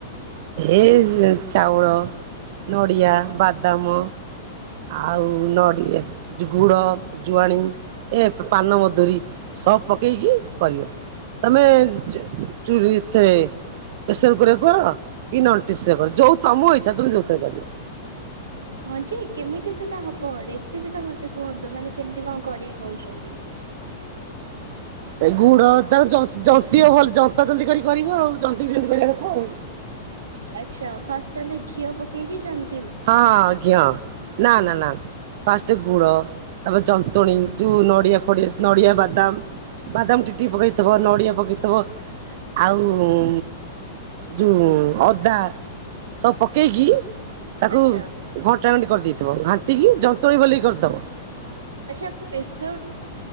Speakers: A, on the right (about 50°); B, on the right (about 70°).
A: ଏ ହି ସେ ଚାଉଳ ନଡ଼ିଆ, ବାଦାମ ଆଉ ନଡ଼ି ଯୋ ଗୁଡ଼, ଜୁଆଣି ଏ ପା ପାନମଧୁରୀ ସବ ପକେଇକି କରିବେ। ତମେ ଚୁ ଚୁଲି ଏଥରେ ପ୍ରେସର କୁକର ରେ କର? ଇ ନଟିସଏବୋଲ ଯୋଉ ତୋମ ଇଚ୍ଛା ତୋମେ ଯୋଉଥିରେ କରିବ।
B: ହଁ ଯେ କେମିତି ସେଟା ହବ ରେସିପି ଟା ମୋତେ କୁହନ୍ତୁ ମାନେ କେମିତି କଣ କରିକି କହୁଛନ୍ତି?
A: ଗୁଡ ତାକୁ ଜନ୍ତିବ ଭଲ୍ ଜନ୍ତା ଜନ୍ତି କରି କରିବ, ଆଉ ଜନ୍ତିକି ଯେମିତି କରିବା କଥା ଆଉ।
B: ଆଚ୍ଛା ଫାଷ୍ଟ ତାହାଲେ ଘିଅ ପକେଇକି ଯନ୍
A: ହଁ ଆଜ୍ଞା ନା ନା ନା ଫାଷ୍ଟ୍ ଗୁଡ଼ ତାପରେ ଯନ୍ତୁଣୀ ଯୋଉ ନଡ଼ିଆ ଫଡ଼ିଆ ନଡ଼ିଆ ବାଦାମ ବାଦାମ ଟିକ୍ ଟିକ୍ ପକେଇଥବ ନଡ଼ିଆ ପକେଇଥବ ଆଉ ଉଁ ଯୋଉ ଅଦା ସବ ପକେଇକି ତାକୁ
B: ଆଚ୍ଛା
A: ଘଣ୍ଟା ଘଣ୍ଟି କରିଦେଇଥିବ ଘାଣ୍ଟିିକି ଯନ୍ତୁଣୀ ଭଲିକି କରି ଦବ
B: ଆଚ୍ଛା ପ୍ରେସର୍